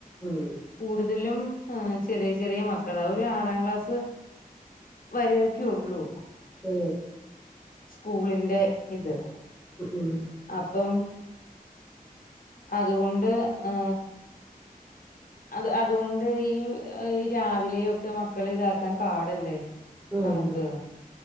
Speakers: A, in the centre; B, on the left.
A: ഉം
B: കൂടുതലും ചെറിയ ചെറിയ മക്കളാ ഒരു ആറാം ക്ലാസ് വരൊക്കെ ഉള്ളൂ
A: ഏ
B: സ്കൂളിൻ്റെ ഇത്
A: ഉം
B: അപ്പം അതുകൊണ്ട് ഏ അത് അതുകൊണ്ട് ഈ രാവിലെയൊക്കെ മക്കളെ ഇതാക്കാൻ പാടല്ലേ
A: ഉം
B: നമുക്ക്